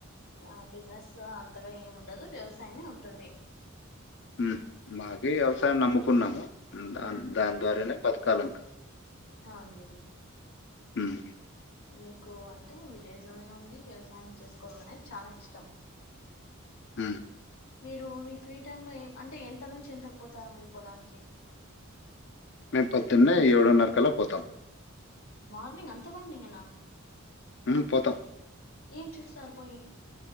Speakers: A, on the left (about 80°); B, on the left (about 55°).
A: ఆ బిజినెస్ అంతగా ఏముండదు వ్యవసాయమే ఉంటుంది
B: ఉమ్ మాకే వ్యవసాయం నమ్ముకున్నాము, దా
A: ఉమ్
B: దాన్ ద్వారానే బత్కాలింక
A: అవునులేండి
B: ఉమ్
A: మీకు అంటే విలేజ్ లోనే ఉండి వ్యవసాయం చేసుకోవడం అనేది చాలా ఇష్టం
B: ఉమ్
A: మీరూ మీ ఫ్రీ టైమ్ లో ఏం అంటే ఎంత నుంచి ఎంతకు పోతారు మీరు పొలానికి
B: మేము పొద్దున్నే ఏడున్నరకల్లా పోతాం
A: మార్నింగ్ అంత మార్నింగేనా
B: ఉమ్ పోతాం
A: ఏం చేస్తారు పోయి